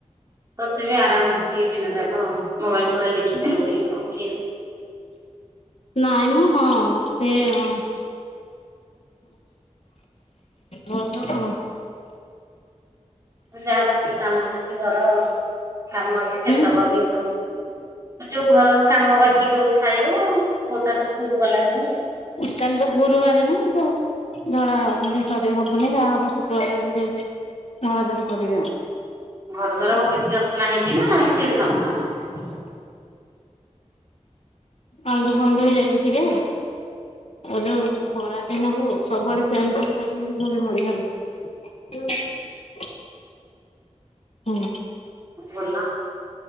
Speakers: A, on the right; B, on the left.
A: ତତେ ବି ଆରାମ ବସିକି ଦିନା ଯାକ ମୋବାଇଲ ଫୋବାଇଲ ଦେଖିପାରିବୁଁ ଟିକେ
B: ନାଇଁ ମୁ ହଁ ସେ ହ ବନ୍ଧ କଣ?
A: ଯାହା ବାକି କାମ ଅଛି ଘର କାମ ଅଛି
B: ହୁଁ
A: ସେତକ ବି ସବୁ ଯୋଉ ଘରର କାମ ବାକି ସବୁ ସାରିବୁ ପୁଅ ତାର ସ୍କୁଲ ଗଲାଯାଏ।
B: କାଲି ତ ଗୁରୁବାର ନା ଝଡା ଝଡି ସରି ହବନି ଯାହା ହବ ଶୁକ୍ରବାର ଝାଡ଼ା ଝାଡି କରିଦିବି।
A: ଘର ଦାର କଣ ବେଶୀ ଅସନା ହେଇଛି ନା ନା ସେମତି ନର୍ମାଲ।
B: ଅଲନ୍ଦୁ ଫନ୍ଦ ହେଇଯାଇଛି ଟିକେ। ଏ ଯାଉ ଖରା ଦିନକୁ ସବୁଆଡେ ଫ୍ୟାନ ଫ୍ୟାନ ଲାଗିଲେରି ଧୁଳିମାଳି ହେଲା। ହୁଁ। ହଁ।
A: ଭଲ।